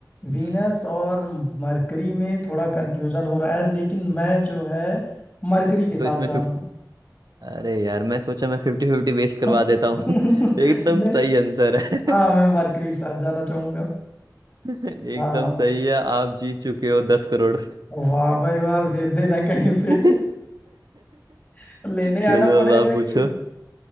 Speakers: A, on the right; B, on the left.
A: हम्म।
B: वीनस और मरकरी में थोड़ा कंफ्यूजन हो रहा है लेकिन मैं जो है मरकरी के साथ
A: तो इसमें
B: जाना
A: फिफ्ट अरे यार मैं सोचा मैं फिफ्टी फिफ्टी वेस्ट करवा
B: <laughs> नहीं,
A: देता हूँ <laughs> एकदम सही आंसर है
B: हाँ मैं मरकरी के साथ जाना चाहूंगा
A: <laughs> एकदम
B: हाँ
A: सही है आप जीत चुके हो दस करोड़
B: वाह भाई वाह भेज देना कहीं पे
A: <laughs>
B: <laughs> लेने
A: चलो
B: आना पड़ेगा
A: अब आप पूछो
B: कि